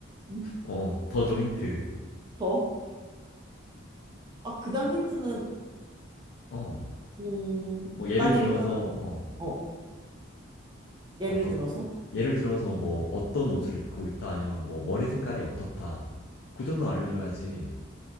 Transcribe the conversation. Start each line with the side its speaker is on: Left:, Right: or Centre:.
Right: 음,
Left: 어, 더 줘 힌트.
Right: 더? 아, 그 다음 힌트는,
Left: 어,
Right: 음,
Left: 뭐 예를
Right: 나는
Left: 들어서,
Right: 일단은,
Left: 어,
Right: 어, 예를
Left: 어떤?
Right: 들어서?
Left: 예를 들어서 뭐 어떤 옷을 입고 있다 아니면 뭐 머리 색깔이 어떻다. 그 정도 알려줘야지.